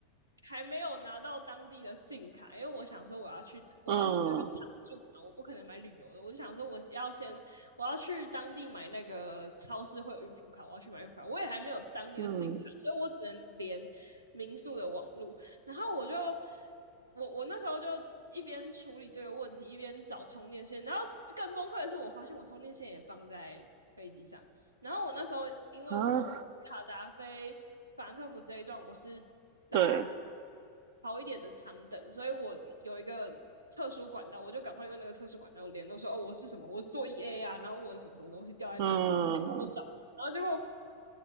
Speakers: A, on the right (about 85°); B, on the right (about 45°).
A: 还没有拿到当地的信卡，因为我想说我要去我要去那边常住嘛，
B: 嗯
A: 我不可能买旅游的，我就想说我要先我要去当地买那个超市会有预付卡，我要去买预付卡，我也还没有当地的信卡，
B: 嗯
A: 所以我只能连民宿的网路，然后我就我我那时候就。一边处理这个问题，一边找充电线，然后更崩溃的是，我发现我充电线也放在飞机上，然后我那时候因为我
B: 啊，
A: 卡达菲法兰克福这一段我是搭
B: 对，
A: 好一点的长等，所以我有一个特殊管道，我就赶快用那个特殊管道联络说，哦，我是什么，我是做 EA 啊，然后我什么什么东西掉在那里，
B: 嗯。
A: 可以帮我找。然后结果